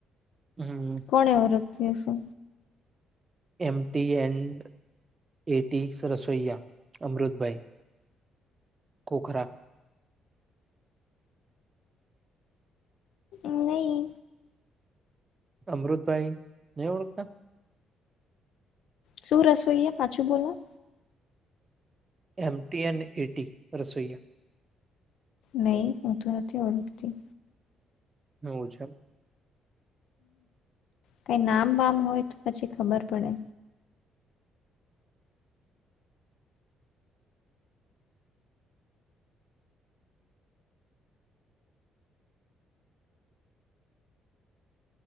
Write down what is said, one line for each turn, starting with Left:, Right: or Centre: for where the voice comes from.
Right: હમ
Left: કોને ઓળખતી હશે?
Right: એમ ટી એન્ડ એટી સ રસોઈયા અમૃતભાઈ ખોખરા.
Left: નહી.
Right: અમૃતભાઈ, નઈ ઓળખતા?
Left: શું રસોઈએ, પાછું બોલો?
Right: એમ ટી એન્ડ એટી રસોઈયા.
Left: નઈ, હું તો નથી ઓળખતી.
Right: <unintelligible> છે.
Left: કઈ નામ વામ હોય, તો પછી ખબર પડે.